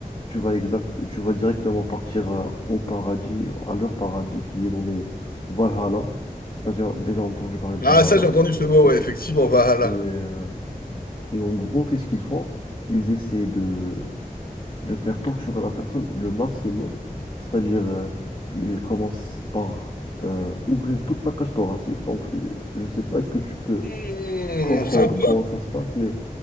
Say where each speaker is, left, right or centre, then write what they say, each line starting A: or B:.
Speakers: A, on the left; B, on the left.
A: tu vas exact, tu vas directement partir euh, au paradis, à leur paradis qui est nommé Valhalla. Si tu as déjà entendu parler de
B: Ah,
A: Valhalla.
B: ça, j'ai entendu ce mot, ouais, effectivement, Valhalla.
A: Et, euh, et en gros, qu'est-ce qu'ils font? Ils essaient de, de faire torturer la personne le maximum, c'est-à-dire euh, il commence par euh, ouvrir toute la cage thoracique, donc je ne sais pas est-ce que tu peux
B: Hmm,
A: comprendre
B: sympa.
A: comment ça se passe, mais